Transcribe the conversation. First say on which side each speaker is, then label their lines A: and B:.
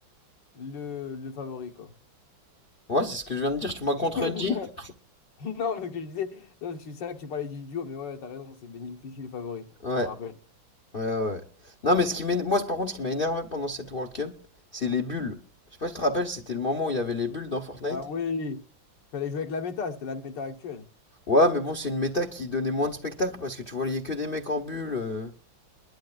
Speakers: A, on the left (about 70°); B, on the left (about 40°).
A: le, le favori, quoi.
B: Ouais, c'est ce que je viens de dire, tu m'as contredit.
A: <laughs> Non, parce que je disais, non, parce que c'est vrai que tu parlais du duo, mais ouais, t'as raison, c'est Benji Fishy le favori.
B: Ouais.
A: Je me rappelle.
B: Ouais, ouais. ouais. Non, mais ce qui m'éner- moi, par contre, ce qui m'a énervé pendant cette World Cup, c'est les bulles. Je sais pas si tu te rappelles, c'était le moment où il y avait les bulles dans Fortnite.
A: Ah oui, il fallait jouer avec la méta, c'était la méta actuelle.
B: Ouais, mais bon, c'est une méta qui donnait moins de spectacle parce que tu voyais que des mecs en bulles. euh.